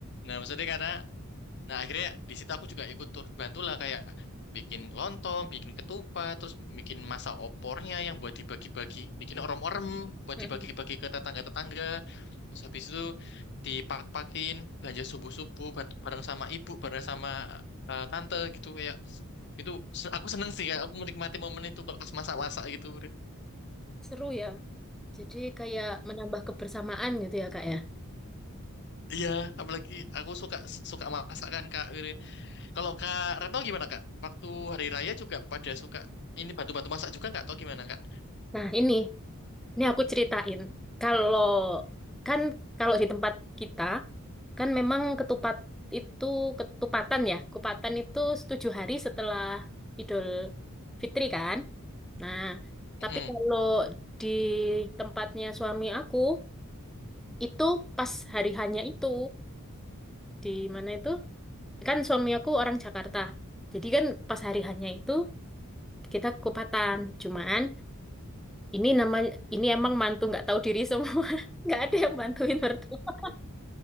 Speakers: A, on the left; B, in the centre.
A: Nah, maksudnya karena Nah, akhirnya di situ aku juga ikut turut bantulah kayak bikin lontong, bikin ketupat, terus bikin masa opornya yang buat dibagi-bagi, bikin orem-orem buat
B: Mm-mm.
A: dibagi-bagi ke tetangga-tetangga. Terus habis itu dipak-pakin belanja subuh-subuh, bantu bareng sama ibu, bareng sama eh, tante gitu kayak itu se- aku seneng sih kayak aku menikmati momen itu kalau pas masak-masak gitu. Bre.
B: Seru ya. Jadi kayak menambah kebersamaan gitu ya, Kak ya.
A: Iya, apalagi aku suka suka masakan Kak. gitu. Kalau Kak Retno gimana Kak? Waktu hari raya juga pada suka ini bantu-bantu masak juga nggak? Atau gimana Kak?
B: Nah, ini ini aku ceritain. Kalau kan kalau di tempat kita kan memang ketupat itu ketupatan ya. Kupatan itu tujuh hari setelah Idul Fitri kan. Nah,
A: Mm.
B: tapi kalau di tempatnya suami aku itu pas hari hanya itu di mana itu kan suami aku orang Jakarta. Jadi kan pas hari hanya itu kita kupatan cuman ini namanya ini emang mantu nggak tahu diri semua <laughs> nggak ada yang bantuin mertua